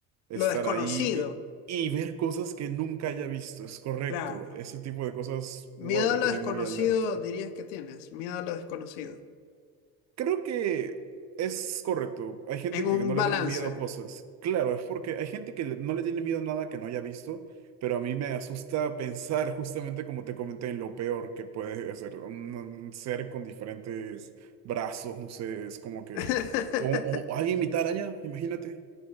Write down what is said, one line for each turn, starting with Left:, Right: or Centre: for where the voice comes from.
Right: estar
Left: Lo desconocido,
Right: ahí y, y ver cosas que nunca haya visto, es correcto.
Left: claro.
Right: Ese tipo de cosas,
Left: Miedo
Right: wow, me
Left: a lo
Right: tiene
Left: desconocido
Right: muy alerta.
Left: dirías que tienes, miedo a lo desconocido.
Right: Creo que es correcto. Hay gente
Left: En
Right: que
Left: un
Right: no
Left: balance.
Right: le tiene miedo a cosas. Claro, es porque hay gente que le- no le tiene miedo a nada que no haya visto, pero a mí me asusta pensar justamente como te comenté en lo peor que puede hacer un, un ser con diferentes brazos, no sé, es como que...
Left: <laughs>
Right: O, o- o alguien mitad araña, imagínate.